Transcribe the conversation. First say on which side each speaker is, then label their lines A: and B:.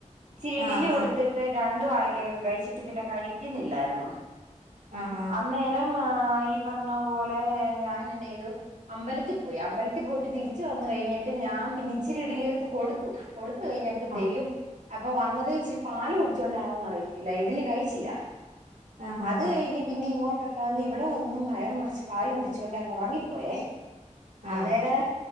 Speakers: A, on the right (about 70°); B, on the right (about 80°).
A: ഇച്ചിരി ഇഡിലി
B: ആഹ്
A: കൊടുത്തിട്ട് രണ്ട് വായ്ക്കക്കെ കഴിച്ചിട്ട് പിന്നെ കഴിക്ക്ന്നില്ലായിരുന്നു
B: ആഹ്
A: അന്നേരം ആഹ് ഈ പറഞ്ഞ പോലെ ഞാനെന്നെയ്തു അമ്പലത്തിപ്പോയി അമ്പലത്തി പോയിട്ട് തിരിച്ച് വന്ന് കഴിഞ്ഞിട്ട് ഞാൻ പിന്നിച്ചിരി ഇഡിയിലെടുത്ത് കൊടു ത്തു കൊടുത്ത് കഴിഞ്ഞപ്പഴത്തേയും
B: ആഹ്
A: അപ്പ വന്നതേ ഇച്ചിരി പാല് കുടിച്ച കൊണ്ടാണോന്നറിയത്തില്ല ഇഡ്ഡലി കഴിച്ചില്ല
B: ആഹ് ആഹ്
A: അത്
B: ആഹ്
A: കഴിഞ്ഞ് പിന്ന ഇങ്ങോട്ടൊക്ക വന്ന് ഇവിട വന്നും വയറ് നെറച്ച് പാല് കുടിച്ചു കൊണ്ടങ്ങൊറങ്ങി പോയേ
B: ആഹ്
A: അന്നേരാ